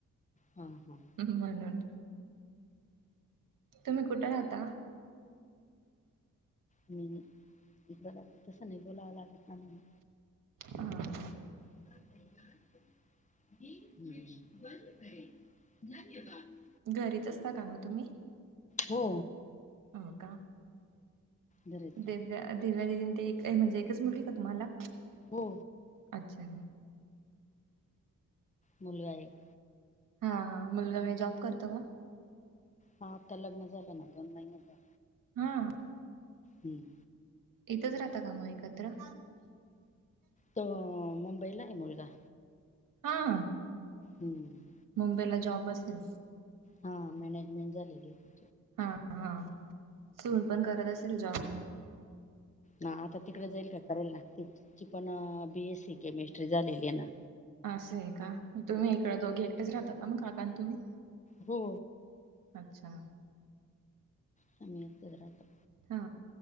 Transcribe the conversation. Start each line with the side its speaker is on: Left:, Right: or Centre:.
Left: हा हां
Right: म्हणून तुम्ही कुठ राहता.
Left: मी इद राहते तस नाय बोलावा लागत ना म्हणून
Right: हां
Left: <unintelligible>
Right: घरीच असता का म तुम्ही
Left: हो
Right: हो का.
Left: दरिद्र
Right: दिव्या दिव्या दिदी ते एक म्हणजे एकच मुलगी हाय का तुम्हाला
Left: हो.
Right: अच्छा
Left: मुलगा एक
Right: हा हा मुलगा हे जॉब करतो का
Left: हा आता लग्न झालं ना दोन महिने झा
Right: हा
Left: हम्म
Right: इथंच राहता का मग एकत्र
Left: तो मुंबईला आहे मुलगा
Right: हा
Left: हम्म
Right: मुंबईला जॉब असेल
Left: हा मॅनेजमेंट झालेली हो
Right: हा हा सून पण करत असेल जॉब
Left: ना आता तिकडे जाईल का करेल ना तिची पण बीएस सी केमिस्ट्री झालेली आहे ना
Right: असं आहे काग तुम्ही इकडे दोघे एकटेच राहताात का मग काकाण तुम्ही
Left: हो
Right: अच्छा
Left: सममीत गजरातत
Right: हा